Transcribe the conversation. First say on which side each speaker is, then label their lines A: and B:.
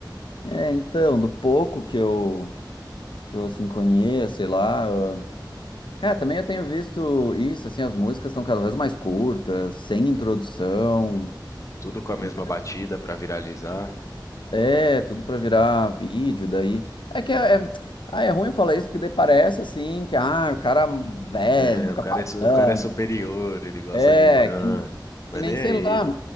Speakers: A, on the left; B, on the left.
A: é, então, do pouco que eu, que eu, assim, conheço, sei lá. Cara, também eu tenho visto isso, assim, as músicas estão cada vez mais curtas, sem introdução.
B: tudo com a mesma
A: né?
B: batida pra viralizar.
A: É, tudo pra virar vídeo daí. É que é, é- ah, é ruim eu falar isso, porque daí parece assim que ah, o cara velho
B: É,
A: fica
B: o cara
A: falando.
B: é, su- o cara é superior, ele gosta
A: É,
B: de... Não,
A: que,
B: mas
A: que nem
B: nem
A: sei
B: é
A: lá.
B: isso.